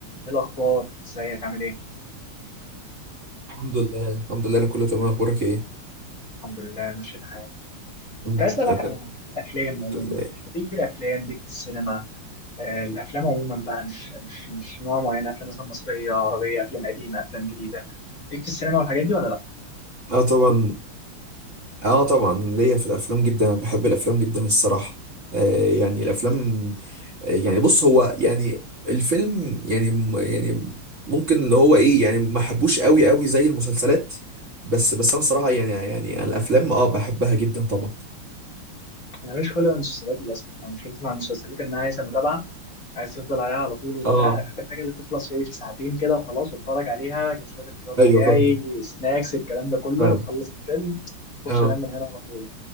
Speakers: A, on the left (about 40°); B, on the right (about 35°).
A: ايه الاخبار ازيك عامل ايه
B: الحمد لله الحمد لله أنا كله تمام اخبارك ايه
A: الحمد لله ماشي الحال
B: مم.
A: كنت عايز اسالك
B: أنا
A: على الافلام عموما
B: الحمد لله
A: ليك في الافلام ليك في السينما آه الافلام عموما بقى مش مش مش نوع معين افلام مثلا مصريه عربيه افلام قديمه افلام جديده ليك في السينما والحاجات دي ولا لا
B: اه طبعا اه طبعا ليا في الافلام جدا انا بحب الافلام جدا الصراحه آه يعني الافلام آه يعني بص هو يعني الفيلم يعني م- يعني ممكن اللي هو ايه يعني ما حبوش قوي قوي زي المسلسلات بس بس انا صراحه يعني يعني أنا الافلام اه بحبها جدا طبعا
A: انا مش خلق المسلسلات للاسف انا مشكلتي مع المسلسلات انها عايزه متابعه عايز تفضل عليها على طول وبتاع
B: اه
A: انا بحب الحاجه اللي تخلص في ايه في ساعتين كده وخلاص واتفرج عليها اجيب شويه الفشار بتاعي
B: ايوه فاهم
A: سناكس الكلام ده كله
B: فاهم
A: اخلص الفيلم اخش
B: اه
A: انام من هنا على طول